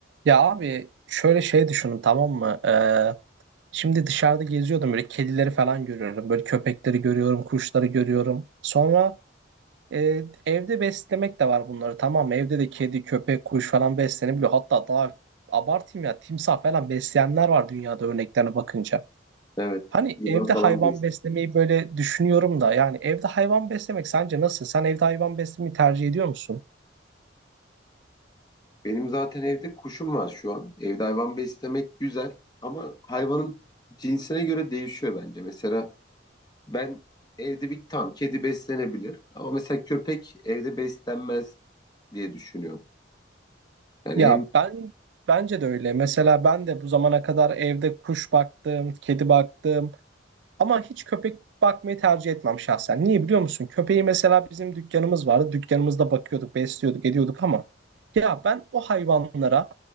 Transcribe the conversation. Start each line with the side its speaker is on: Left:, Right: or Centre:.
Right: Ya abi şöyle şey düşünün tamam mı? Ee, şimdi dışarıda geziyordum böyle kedileri falan görüyorum. Böyle köpekleri görüyorum, kuşları görüyorum. Sonra e, evde beslemek de var bunları tamam mı? Evde de kedi, köpek, kuş falan beslenebiliyor. Hatta daha abartayım ya timsah falan besleyenler var dünyada örneklerine bakınca.
Left: Evet,
Right: Hani
Left: yılan
Right: evde
Left: falan
Right: hayvan
Left: besliyor.
Right: beslemeyi böyle düşünüyorum da yani evde hayvan beslemek sence nasıl? Sen evde hayvan beslemeyi tercih ediyor musun?
Left: Benim zaten evde kuşum var şu an. Evde hayvan beslemek güzel ama hayvanın cinsine göre değişiyor bence. Mesela ben evde bir tam kedi beslenebilir ama mesela köpek evde beslenmez diye düşünüyorum. Yani
Right: Ya
Left: hem
Right: ben bence de öyle. Mesela ben de bu zamana kadar evde kuş baktım, kedi baktım ama hiç köpek bakmayı tercih etmem şahsen. Niye biliyor musun? Köpeği mesela bizim dükkanımız vardı. Dükkanımızda bakıyorduk, besliyorduk, ediyorduk ama ya ben o hayvanlara